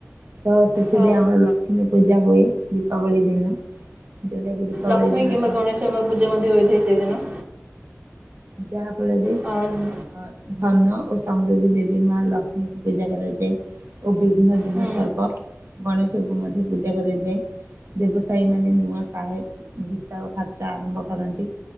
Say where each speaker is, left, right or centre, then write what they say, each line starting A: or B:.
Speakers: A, on the right; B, on the right.
A: ତ ସେଥିରେ
B: ହଁ
A: ଆମର ଲକ୍ଷ୍ମୀ ପୂଜା ହୁଏ ଦୀପାବଳି ଦିନ ଯୋଉଟା କି ଦୀପାବଳି
B: ଲକ୍ଷ୍ମୀ
A: ଦିନ
B: କିମ୍ବା
A: ଧନ-
B: ଗଣେଶଙ୍କ ପୂଜା ମଧ୍ୟ ହୋଇଥାଏ ସେଇଦିନ।
A: ଯାହାଫଳରେ
B: ହଁ
A: ଅ ଧନ ଓ ସମୃଦ୍ଧି ଦେବୀ ମା ଲକ୍ଷ୍ମୀଙ୍କୁ ପୂଜା କରାଯାଏ। ଓ ବିଘ୍ନ ବିନାଶକ
B: ହଁ
A: ଗଣେଶଙ୍କୁ ମଧ୍ୟ ପୂଜା କରାଯାଏ। ବ୍ୟବସାୟୀ ମାନେ ନୂଆ ହିସାବ ଖାତା ଆରମ୍ଭ କରନ୍ତି।